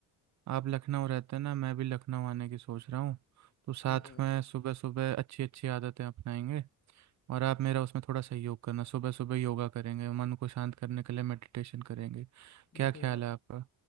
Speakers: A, on the right; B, on the left.
A: आप लखनऊ रहते हैं ना मैं भी लखनऊ आने की सोच रहा हूँ तो साथ
B: हाँ हाँ
A: में सुबह सुबह अच्छी अच्छी आदतें अपनाएंगे और आप मेरा उसमें थोड़ा सहयोग करना सुबह सुबह योगा करेंगे मन को शांत करने के लिए मेडिटेशन करेंगे क्या
B: देखो
A: ख्याल
B: यार
A: है आपका